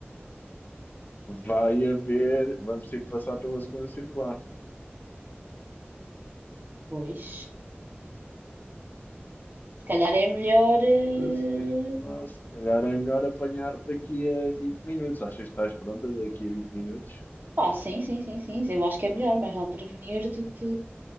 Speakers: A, on the left; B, on the right.
A: Vai haver, vamos ter que passar pela segunda circular.
B: Pois. Se calhar é melhor. eh,
A: Da circular, se calhar é melhor apanhar daqui a 20 minutos. Achas que estás pronta daqui a vinte minutos?
B: Pá, sim, sim, sim, sim. Eu acho que é melhor, mas vale prevenir do que